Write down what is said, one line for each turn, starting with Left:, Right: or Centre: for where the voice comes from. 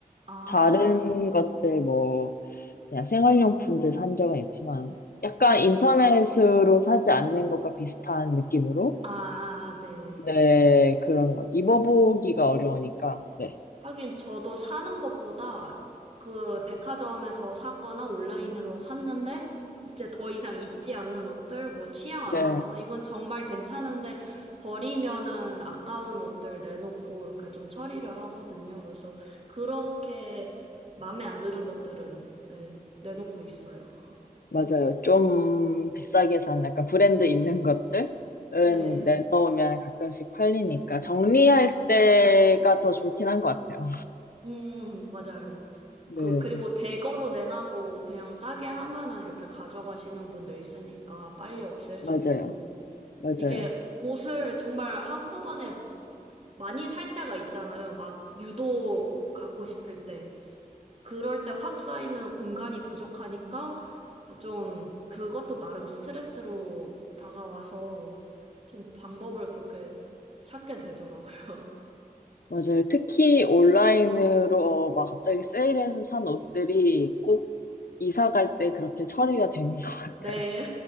Right: 아,
Left: 다른 것들 뭐, 그냥 생활용품들 산 적은 있지만 약간
Right: 네.
Left: 인터넷으로 사지 않는 것과 비슷한 느낌으로
Right: 아, 네. 네.
Left: 네 그런 것 입어보기가 어려우니까 네,
Right: 하긴 저도 사는 것보다 그 백화점에서 샀거나 온라인으로 샀는데 이제 더 이상 입지 않는 옷들, 뭐 취향
Left: 네
Right: 안 맞거나 이건 정말 괜찮은데 버리면은 아까운 옷들 내놓고 이렇게 좀 처리를 하거든요. 그래서 그렇게 마음에 안 드는 것들은 네, 내놓고 있어요.
Left: 맞아요 좀 비싸게 산 약간 브랜드 있는 것들은
Right: 네.
Left: 내놓으면 가끔씩 팔리니까 정리할 때가 더 좋긴 한 것 같아요
Right: 음, 음, 맞아요.
Left: 네네
Right: 그, 그리고 대거로 내놔도 그냥 싸게 하면은 이렇게 가져가시는 분들 있으니까 빨리 없앨 수
Left: 맞아요
Right: 있고.
Left: 맞아요
Right: 이게 옷을 정말 한꺼번에 많이 살 때가 있잖아요. 막 유독 갖고 싶을 때. 그럴 때 확 쌓이면 공간이 부족하니까 좀 그것도 나름 스트레스로 다가와서 좀 방법을 그렇게 찾게 되더라고요.
Left: 맞아요. 특히 온라인으로 어, 막 갑자기 세일해서 산 옷들이 꼭 이사 갈 때 그렇게 처리가 되는 <laughs> 것
Right: <laughs>
Left: 같아요.
Right: 네.